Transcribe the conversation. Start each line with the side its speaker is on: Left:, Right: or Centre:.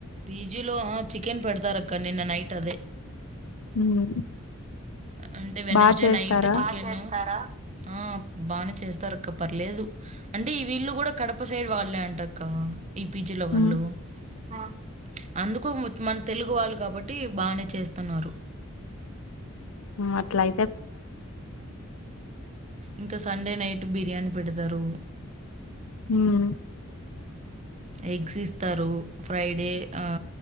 Right: పీజీ లో ఆ చికెన్ పెడతారు అక్కా నిన్న నైట్ అదే.
Left: మ్మ్
Right: అంటే వెనస్డే
Left: బా చేస్తారా
Right: నైట్ చికెన్ ఆ బానే చేస్తారు అక్క పర్లేదు. అంటే వీళ్ళు కూడా కడప సైడ్ వాళ్ళే అంటక్క ఈ పీజీలో వాళ్ళు.
Left: మ్మ్
Right: హా అందుకు మన తెలుగు వాళ్ళు కాబట్టి బానే చేస్తున్నారు.
Left: హా అట్లై
Right: ఇంకా సండే నైట్ బిర్యానీ పెడతరు
Left: మ్మ్
Right: ఎగ్స్ ఇస్తారు. ఫ్రైడే ఆ